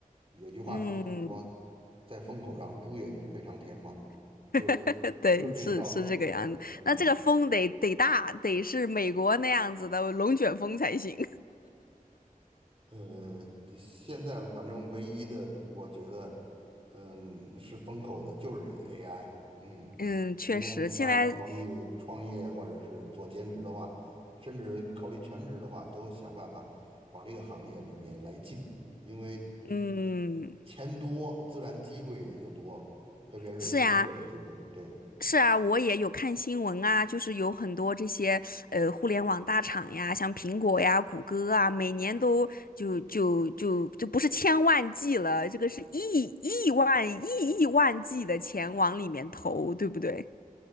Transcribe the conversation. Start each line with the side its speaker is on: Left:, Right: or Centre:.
Right: 有句话说说，
Left: 嗯，
Right: 在风口上猪也能飞上天嘛，就是这个，
Left: <laughs> 对，
Right: 就是这个道理。
Left: 是是这个样子，
Right: 对，嗯，
Left: 那这个风得得大，得是美国那样子的龙卷风才行，
Right: 呃，这现在反正唯一的，我觉得，嗯，是风口的，就是这 AI。嗯。
Left: <laughs> 嗯，确实，
Right: 如果你要考虑创业或者是做兼职的话，
Left: 现在，
Right: 甚至考虑全职的话，都想办法往这个行业里面来进，因为
Left: 嗯。
Right: 钱多，自然机会也就多，特别是工作的机会。
Left: 是呀。
Right: 对，
Left: 是啊，我也有看新闻啊，就是有很多这些呃互联网大厂呀，像苹果呀、谷歌啊，每年都就就就就不是千万计了，这个是亿亿万亿亿万计的钱往里面投，对不对？